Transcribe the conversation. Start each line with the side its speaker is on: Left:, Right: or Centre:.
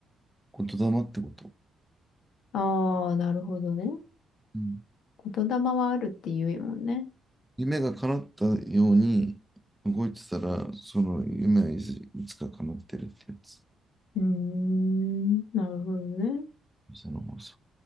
Centre: 言霊ってこと。
Left: ああー、なるほどね。
Centre: うん。
Left: 言霊はあるって言うもんね。
Centre: 夢が叶ったように動いてたら、その夢はいつ、いつか叶ってるってやつ。
Left: うーん。なるほどね。
Centre: その法則。